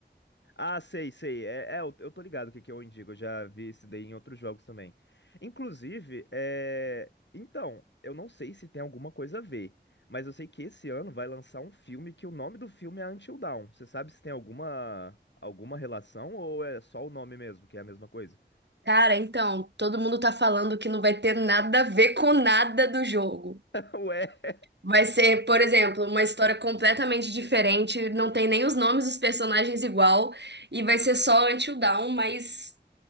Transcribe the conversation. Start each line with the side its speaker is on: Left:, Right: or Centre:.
Left: Ah, sei, sei. É, é, eu eu tô ligado o que que é o Indigo. Eu já vi isso daí em outros jogos também. Inclusive, é... então, eu não sei se tem alguma coisa a ver, mas eu sei que esse ano vai lançar um filme que o nome do filme é Until Dawn. Você sabe se tem alguma alguma relação ou é só o nome mesmo, que é a mesma coisa?
Right: Cara, então, todo mundo tá falando que não vai ter nada a ver com nada do jogo.
Left: <laughs> Ué.
Right: Vai ser, por exemplo, uma história completamente diferente, não tem nem os nomes dos personagens igual, e vai ser só Until Dawn, mas